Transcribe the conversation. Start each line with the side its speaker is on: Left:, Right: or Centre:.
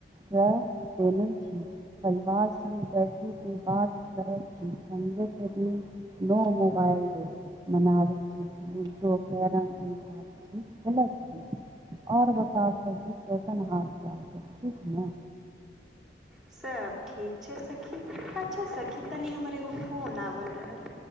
Right: काय देने छी। परिवार संग बैठी के बात करै छी, संडे के दिन नो मुबाएल डे मनाबैत छी, लूडो, कैरम, अन्तरा खेलैत छी और बताउ सखी कैसन हाल-चाल सब ठीक नै।
Centre: सब ठीक छै सखी, अच्छा सखी तनि हमर एगो फोन आवल रहल।